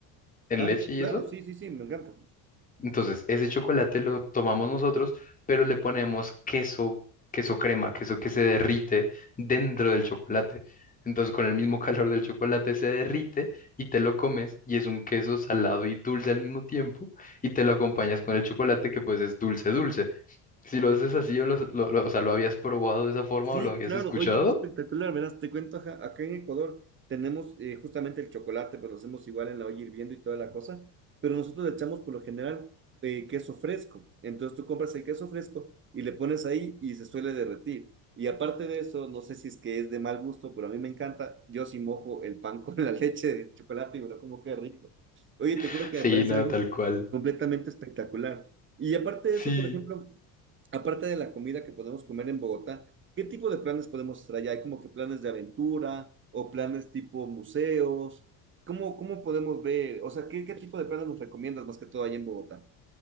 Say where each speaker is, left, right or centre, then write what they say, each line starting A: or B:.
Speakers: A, on the left; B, on the right.
A: en
B: Ah,
A: leche
B: ya,
A: y
B: claro,
A: eso?
B: sí, sí, sí, me encanta.
A: Entonces, ese chocolate lo tomamos nosotros, pero le ponemos queso, queso crema, queso que se derrite dentro del chocolate. Entonces, con el mismo <laughs> calor del chocolate se derrite y te lo comes y es un queso salado y dulce al mismo tiempo y te lo acompañas con el chocolate que pues es dulce, dulce. Si lo haces así o, lo, lo- lo- o sea, lo habías probado de esa forma
B: Sí,
A: o lo habías
B: claro.
A: escuchado,
B: Oye, qué espectacular. Verás, te cuento, ajá, acá en Ecuador tenemos eh, justamente el chocolate, pues lo hacemos igual en la olla hirviendo y toda la cosa, pero nosotros le echamos por lo general eh, queso fresco. Entonces tú compras el queso fresco y le pones ahí y se suele derretir. Y aparte de eso, no sé si es que es de mal gusto, pero a mí me encanta. Yo sí mojo el pan <laughs> con la leche de chocolate y me lo como qué rico. Oye, te
A: <laughs>
B: juro que
A: sí,
B: me parece
A: no,
B: algo
A: tal cual.
B: completamente espectacular. Y aparte de
A: Sí.
B: eso, por ejemplo, aparte de la comida que podemos comer en Bogotá, ¿Qué tipo de planes podemos traer? ¿Hay como que planes de aventura o planes tipo museos? ¿Cómo, cómo podemos ver? O sea, ¿qué, qué tipo de planes nos recomiendas más que todo allá en Bogotá?